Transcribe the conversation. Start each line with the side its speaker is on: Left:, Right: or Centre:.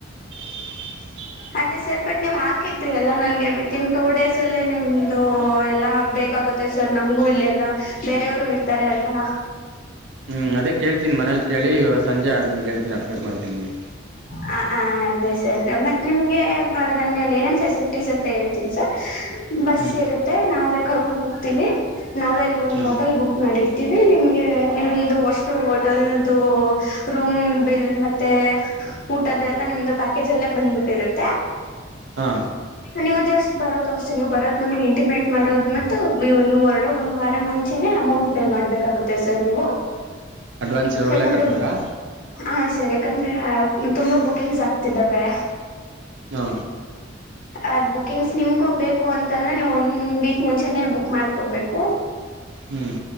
Right: <inaudible>
Left: ಅದೇ ಸರ್ ಬಟ್ ನೀವ್ ಹಾಕಿದ್ರಿ ಅಲ್ಲಾ ನನ್ಗೆ ವಿತ್ ಇನ್ ಟೂ ಡೇಸ್ ಅಲ್ಲೇ ನಿಮ್ದ ಎಲ್ಲಾ ಹಾಕ್ ಬೇಕಾಗುತ್ತ ಮತ್ತ ಸರ್ ನಮ್ಗೂ ಇಲ್ಲೆಲ್ಲಾ ಬೇರೆಯವ್ರು ಇರ್ತಾರೆ ಅಲ್ವಾ.
Right: ಹ್ಮ್ ಅದೇ ಕೇಳ್ತಿನೀ ಮನೇಲಿ ಕೇಳಿ ಇವತ್ತ್ ಸಂಜೆ ನಿಮಗೆೇಳ್ತೀನಿ ಅಪ್ಡೇಟ್ ಮಾಡ್ತೀನಿ ನಿಮಗೆ.
Left: ಹ ಆ ಅದೇ ಸರ್ ಮತ್ತೆ ನಿಮ್ಗೆ ನನ್ನಲ್ಲಿ ಏನೇನ್ ಫೆಸಿಲಿಟಿ <unintelligible> ಅಂತ ಹೇಳ್ತನಿ ಸರ್ ಬಸ್
Right: ಹ್ಮ್
Left: ಇರುತ್ತೆ ನಾವೇ ಕರ್ಕೊಂಡ್ ಹೋಗ್ತೀವಿ ನಾವೇ ಅಲ್ಲಿ ಒಂದ
Right: ಹಾ
Left: ಹೋಟೆಲ್ ಬುಕ್ ಮಾಡಿರ್ತೀವಿ ನಿಮ್ಗೆ ನಿಮ್ದು ಅಷ್ಟು ಹೋಟೆಲ್ದು ರೂಮ್ ಬಿಲ್ ಮ ತ್ತೆ ಊಟದ್ದ ಎಲ್ಲ ನಿಮ್ದು ಪ್ಯಾಕೇಜ್ ಅಲ್ಲೇ ಬಂದ್ಬಿಟ್ಟಿರುತ್ತೆ.
Right: ಹಾ
Left: ನೀವು ಜಸ್ಟ್ ಬರೋದ ಅಷ್ಟೇ ನೀವು ಬರೋದ್ ನಮ್ಗೆ ಇಂಟಿಮೇಟ್ ಮಾಡೋದು ಮವು ನೀವು ಹೊರಡ ಒಂದ್ ವಾರ ಮುಂಚೆ ಚೆನನೆ ಅಮೌಂಟ್ ಪೇ ಮಾಡ್ಬೇಕಾಗುತ್ತೆ ಸರ್ ನೀವು.
Right: <inaudible> ಇವಾಗಲೇ
Left: ಯಾಕಂದ್ರೆ
Right: ಕಟ್ಬೇಕಾ
Left: ಹ ಸರಿ. ಯಾಕಂದ್ರೆ ತುಂಬಾ ಬುಕಿಂಗ್ಸ್ ಆಗ್ತಿದ್ದಾವೆ.
Right: ಹಾ
Left: ಅದ್ ಬುಕಿಂಗ್ಸ್ ನಿಮ್ಗು ಬೇಕು ಅಂತಂದ್ರೆ ನೀವು್ ಒಂದ್ ವೀಕ್ ಮುಂಚೆನೆೇ ಬುಕ್ ಮಾಡ್ಕೊಬೇಕು.
Right: ಹ್ಮ್